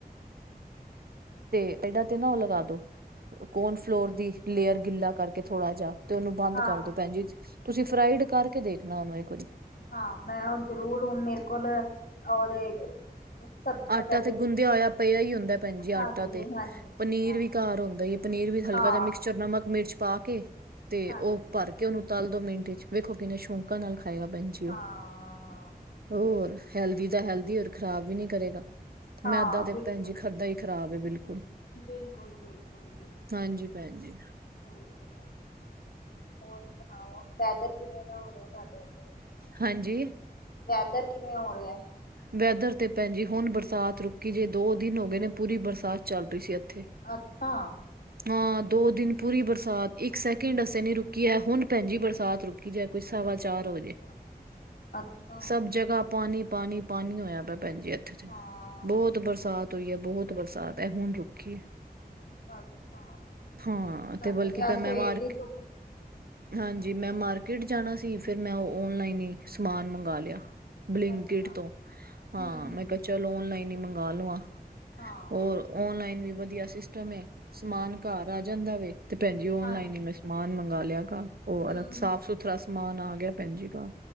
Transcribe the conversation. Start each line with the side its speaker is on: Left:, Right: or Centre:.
Right: ਤੇ ਇਹਨਾਂ ਤੇ ਨਾ ਉਹ ਲਗਾ ਦੋ, ਕੋਨ ਫਲੋਰ ਦੀ ਲੇਅਰ ਗਿੱਲਾਂ। ਕਰਕੇ ਥੋੜ੍ਹਾ ਜਿਹਾ ਤੇ ਉਹਨੂੰ ਬੰਦ
Left: ਹਾਂ
Right: ਕਰਦੋ
Left: ਹਾਂ
Right: ਭੈਣ ਜੀ, ਤੁਸੀਂ ਫਰਾਈਡ ਕਰਕੇ ਦੇਖਣਾ ਉਹਨੂੰ ਇੱਕ ਵਾਰੀ।
Left: ਹਾਂ! ਮੈਂ ਉਹ ਜਰੂਰ ਹੁਣ ਮੇਰੇ ਕੋਲ ਉਹਦੇ ਸਬਜ਼ੀਆਂ
Right: ਆਟਾ
Left: ਵੈਜ
Right: ਤੇ ਗੁੰਦਿਆ ਹੋਇਆ ਪਿਆ ਹੀ ਹੁੰਦਾ ਭੈਣ ਜੀ ਆਟਾ
Left: ਹਾਂਜੀ
Right: ਤੇ।
Left: ਹਾਂਜੀ
Right: ਪਨੀਰ
Left: ਹਾਂਜੀ
Right: ਵੀ ਘਰ ਹੁੰਦਾ ਹੀ ਹੈ ਪਨੀਰ ਵੀ ਹਲਕਾ
Left: ਹਾਂ
Right: ਜਿਹਾ ਮਿਕਸਚਰ ਨਮਕ, ਮਿਰਚ ਪਾ ਕੇ। ਤੇ
Left: ਹਾਂਜੀ
Right: ਉਹ ਭਰ ਕੇ ਉਹਨੂੰ ਤਲ ਦੋ ਮਿੰਟ 'ਚ ਵੇਖੋ ਕਿੰਨੇ ਸ਼ੌਕਾਂ ਨਾਲ ਖਾਏਗਾ ਭੈਨ ਜੀ
Left: ਹਾਂ
Right: ਉਹ। ਹੋਰ ਹੈਲਦੀ ਦਾ ਹੈਲਦੀ ਹੋਰ ਖ਼ਰਾਬ ਵੀ ਨੀ ਕਰੇ।
Left: ਹਾਂ
Right: ਮੈਦਾਂ ਤੇ
Left: ਬਿਲਕੁਲ
Right: ਭੈਣ ਜੀ ਖਾਂਦਾ ਹੀ ਖ਼ਰਾਬ ਹੈ ਬਿਲਕੁਲ।
Left: ਬਿਲਕੁਲ! ਬਿਲਕੁਲ ਜੀ!
Right: ਹਾਂਜੀ ਭੈਣ ਜੀ
Left: ਹਾਂਜੀ! ਹੋਰ ਸੁਣਾਓ ਵੈਦਰ ਕਿਵੇਂ ਦਾ ਹੋ ਰਿਹਾ ਤੁਹਾਡੇ ਅੱਧਰ?
Right: ਹਾਂਜੀ!
Left: ਵੈਦਰ ਕਿਵੇਂ ਹੋ ਰਿਆ?
Right: ਵੈਦਰ ਤੇ ਭੈਣਜੀ ਹੁਣ ਬਰਸਾਤ ਰੁਕੀ ਜੇ ਦੋ ਦਿਨ ਹੋ ਗਏ ਨੇ ਪੂਰੀ ਬਰਸਾਤ ਚੱਲ ਰਹੀ ਸੀ ਇੱਥੇ।
Left: ਅੱਛਾ!
Right: ਹਾਂ, ਦੋ ਦਿਨ ਪੂਰੀ ਬਰਸਾਤ ਇੱਕ ਸੈਕਿੰਡ ਵਾਸਤੇ ਨੀ ਰੁਕੀ ਹੈ ਹੁਣ ਭੈਣਜੀ ਬਰਸਾਤ ਰੁਕੀ। ਰੁਕੀ ਜਾਏ ਕੋਈ ਸਵਾ। ਚਾਰ
Left: ਅੱਛਾ
Right: ਵਜੇ
Left: ਅੱਛਾ
Right: ਸਭ ਜਗ੍ਹਾ ਪਾਣੀ ਪਾਣੀ ਪਾਣੀ ਹੋਇਆ ਪਿਆ ਭੈਣ ਜੀ ਇਥੇ।
Left: ਹਾਂ
Right: ਬਹੁਤ ਬਰਸਾਤ ਹੋਈ ਹੈ, ਬਹੁਤ ਬਰਸਾਤ ਹੈ ਐ ਹੁਣ ਰੁਕੀ ਏ।
Left: ਅੱਛਾ
Right: ਹਾਂ,
Left: ਸਾਡੇ
Right: ਤੇ ਬਲਕਿ
Left: ਅੱਜ
Right: ਮੈਂ
Left: ਸਵੇਰ
Right: ਮਾਰਕੇ।
Left: ਦੀ ਧੁੱਪ
Right: ਹਾਂਜੀ,
Left: ਨਿਕਲੀ
Right: ਮੈਂ ਮਾਰ।
Left: ਹੈ।
Right: ਮਾਰਕਿਟ ਜਾਣਾ ਸੀ ਫਿਰ ਮੈਂ ਉਹ ਓਨਲਾਈਨ ਹੀ ਸਮਾਨ ਮੰਗਵਾ ਲਿਆ ਬਲਿੰਕਟ
Left: ਅੱਛਾ
Right: ਤੋਂ।
Left: ਹੂੰ
Right: ਹਾਂ,
Left: ਹੂੰ
Right: ਮੈਂ ਕਿਹਾ ਚੱਲ ਓਨਲਾਈਨ ਹੀ ਮੰਗਵਾ ਲਵਾ
Left: ਹਾਂ
Right: ਹੋਰ ਓਨਲਾਈਨ ਵੀ ਵਧੀਆ ਸੀ ਸਿਸਟਮ ਏ ਸਮਾਨ ਘਰ ਆ ਜਾਂਦਾ ਵੇ ਤੇ ਭੈਣਜੀ ਓਨਲਾਈਨ
Left: ਹਾਂ
Right: ਹੀ ਮੈਂ ਸਮਾਨ ਮੰਗਵਾ ਲਿਆ। ਹੋਰ
Left: ਹੂੰ
Right: ਸਾਫ਼-
Left: ਹੂੰ
Right: ਸੁਥਰਾ ਸਮਾਨ ਆ ਗਿਆ ਭੈਣ ਜੀ ਘਰ।